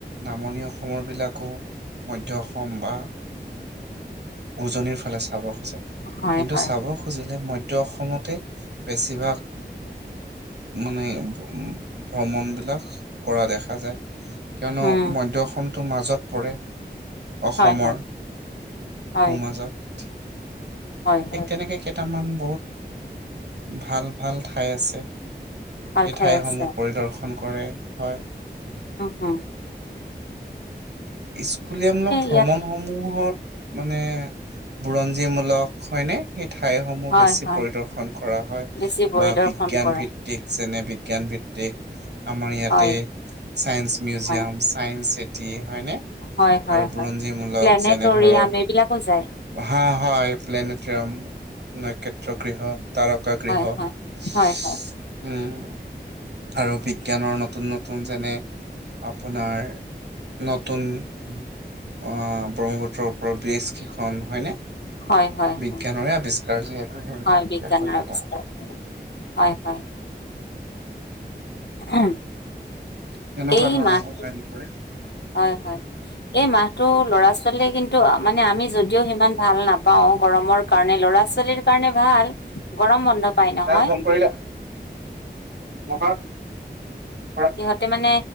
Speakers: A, on the right; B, on the left.
A: নামনি অসমৰ বিলাকো মধ্য অসম বা উজনিৰ ফালে চাব খোজে
B: হয়
A: কিন্তু
B: হয়
A: চাব খুজিলে মধ্য মধ্য অসমতে বেছিভাগ মানে উম ভ্ৰমণ বিলাক কৰা দেখা যায় কিয়নো
B: উম
A: মধ্য অসম টো মাজত পৰে অসমৰ
B: হয় হয়
A: সোমাজত
B: হয় হয়
A: ঠিক
B: হয়
A: তেনেকৈ কেইটামান বহুত ভাল ভাল ঠাই আছে
B: ভাল
A: এই
B: ঠাই
A: ঠাইসমূহ
B: আছে
A: পৰিদৰ্শন কৰে হয়
B: অহ হ
A: স্কুলীয়ামূলক ভ্ৰমণ
B: ইয়াতে
A: সমূহত মানে বুৰঞ্জী মূলক হয়নে সেই ঠাইসমূহ
B: হয়
A: বেছি
B: হয়
A: পৰিদৰ্শন কৰা হয়
B: বেছি পৰিদৰ্শন
A: বা বিজ্ঞান
B: কৰে
A: ভিত্তিক যেনে বি বিজ্ঞান ভিত্তিক আমাৰ ইয়াতে
B: হয়
A: চাইন্স মিউজিয়াম
B: হয়
A: চাইন্স চিটি হয়নে আৰু
B: হয় হয়
A: বুৰঞ্জীমূলক
B: হয় প্লেনেটৰিয়াম
A: যেনে ধৰক
B: এইবিলাকো যায়
A: হাঁহ হয় প্লেনেটৰিয়াম নক্ষেত্ৰ গৃহ তাৰকা গৃহ
B: হয়
A: উম
B: হয় হয় হয়
A: আৰু বিজ্ঞানৰ নতুন নতুন যেনে আপোনাৰ নতুন অহ ব্ৰহ্মপুত্ৰ ব্ৰহ্মপুত্ৰৰ ওপৰত বিচ কেইখন হয়নে
B: হয় হয়
A: বিজ্ঞানৰে
B: হয়
A: আৱিষ্কাৰ যিহেতু সেইবিলাক
B: হয় বিজ্ঞানৰ
A: একোটা
B: আৱিষ্কাৰ হয় হয় উম
A: তেনেকুৱা
B: এই
A: ধৰণৰ
B: মাহটো
A: কথা হেৰি কৰে
B: হয় হয় এই মাহ তোৰ ল'ৰা ছোৱালীয়ে কিন্তু মানে আমি যদিও সিমান ভাল নাপাওঁ গৰমৰ কাৰণে ল'ৰা ছোৱালীৰ কাৰণে হেত কাৰনে ভাল গৰম বন্ধ। পায় নহয়
A: ৰাছ গম কৰিলা <unintelligible> কৰা
B: সিহঁতে মানে